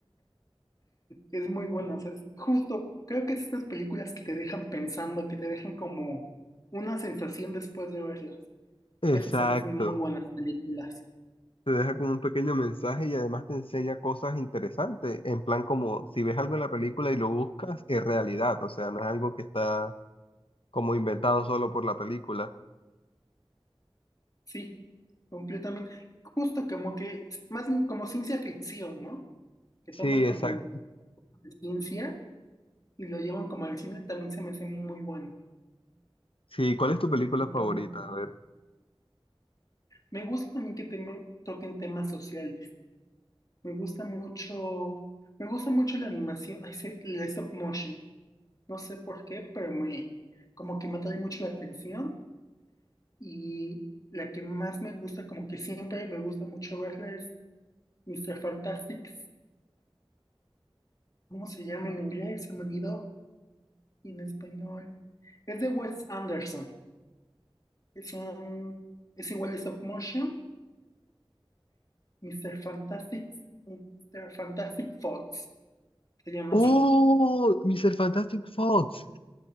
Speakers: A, on the left; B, on the left.
A: es muy bueno. O sea, es justo, creo que es estas películas que te dejan pensando, que te dejan como una sensación después de verlas.
B: Exacto.
A: Esas se me hacen muy buenas películas.
B: Te deja como un pequeño mensaje y además te enseña cosas interesantes, en plan como si ves algo en la película y lo buscas, es realidad, o sea, no es algo que está como inventado solo por la película.
A: Sí, completamente. Justo como que, más bien como ciencia ficción, ¿no? Que
B: Sí,
A: toman
B: exacto.
A: como de ciencia y lo llevan como al cine, también se me hace muy bueno.
B: Sí, ¿cuál es tu película
A: Muy-
B: favorita? A ver.
A: Me gusta también que temo- toquen temas sociales. Me gusta mucho, me gusta mucho la animación, ay, sí, la stop motion. No sé por qué, pero me, como que me atrae mucho la atención y la que más me gusta, como que siempre me gusta mucho verla es Mister Fantastic. ¿Cómo se llama en inglés? Se me olvidó. Y en español. Es de Wes Anderson. Es un. Es igual de stop motion. Mister Fantastic. Mister Fantastic Fox. Se llama
B: ¡Oh!
A: así.
B: Mr. Fantastic Fox.